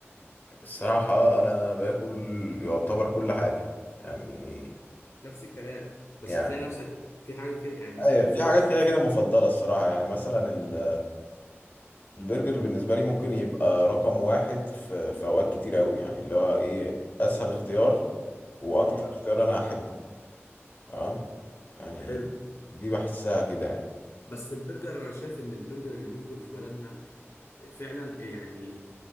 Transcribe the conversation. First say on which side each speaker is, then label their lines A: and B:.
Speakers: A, on the left; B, on the left.
A: الصراحة انا باكل يعتبر كل حاجة يعني
B: نفس الكلام بس
A: يعني
B: تلاقي نفسك في حاجة كده يعني
A: ايوه
B: في بص
A: في حاجات كده كده مفضلة الصراحة يعني مثلا ال- البرجر بالنسبة لي ممكن يبقى رقم واحد في في اوقات كتير اوي يعني اللي هو ايه اسهل اختيار واكتر
B: امم
A: اختيار انا احبه تمام يعني
B: حلو
A: دي بحسها كده يعني
B: بس البرجر انا شايف ان البرجر اليومين دول في بلدنا فعلا يعني